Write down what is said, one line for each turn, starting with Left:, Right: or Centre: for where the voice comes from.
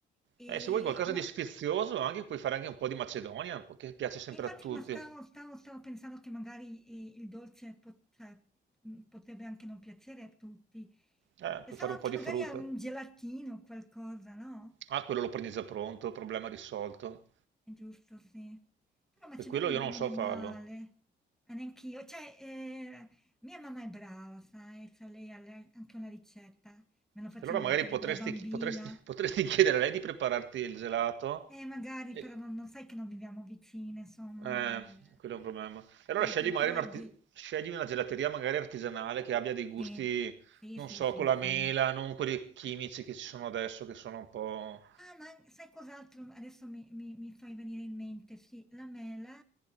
Centre: E,
Right: Eh, se vuoi qualcosa
Centre: ma,
Right: di sfizioso, anche, puoi fare anche un po' di Macedonia, un po' che piace sempre
Centre: e infatti,
Right: a tutti.
Centre: ma stavo, stavo- stavo pensando che magari eh, il dolce pot- cioè, mh, potrebbe anche non piacere a tutti.
Right: Eh,
Centre: Pensavo
Right: puoi fare un
Centre: anche
Right: po' di
Centre: magari
Right: frutta.
Centre: a un gelatino, qualcosa, no?
Right: Ah, quello lo prendi già pronto, problema risolto.
Centre: È giusto, sì. Però Macedonia
Right: E quello io
Centre: non
Right: non
Centre: non
Right: so
Centre: è male,
Right: farlo.
Centre: Eh, neanch'io. Cioè, eh, mia mamma è brava, sai, cioè lei ha le- anche una ricetta, me lo faceva
Right: E Allora magari
Centre: anche da,
Right: potresti,
Centre: da bambina.
Right: chi- potresti- <laughs> potresti chiedere a lei di prepararti il gelato.
Centre: E magari
Right: E-
Centre: però non, non sai che non viviamo vicine, insomma,
Right: eh,
Centre: il-
Right: quello è un problema. E allora
Centre: eh,
Right: scegli
Centre: ti ricordi?
Right: magari un arti- scegli una gelateria magari artigianale che abbia dei gusti,
Centre: Sì, sì,
Right: non
Centre: sì,
Right: so,
Centre: sì,
Right: con la
Centre: sì.
Right: mela, non quelli chimici che ci sono adesso, che sono un po'
Centre: Ah, ma sai cos'altro adesso mi, mi- mi fai venire in mente? Sì, la mela.